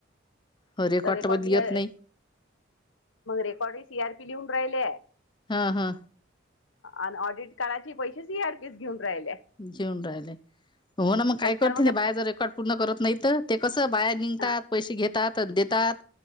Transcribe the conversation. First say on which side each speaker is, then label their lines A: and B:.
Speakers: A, on the left; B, on the left.
A: हो
B: तर रेकॉर्ड
A: बदली
B: लिहाय.
A: येत नाही
B: मग रेकॉर्डे सी आर पी लिहून राहिलेय.
A: हा. हा.
B: आणि ऑडिट काढाचे पैसे सी आर पीस घेऊन राहिले.
A: घेऊन राहिले हो ना मग
B: त्याच्यावर
A: काय करते ना?
B: त्या
A: बायाचा
B: बाई
A: रेकॉर्ड पूर्ण करत नाही तर. ते कसं बाया निघतात
B: हा
A: पैसे घेतात देतात.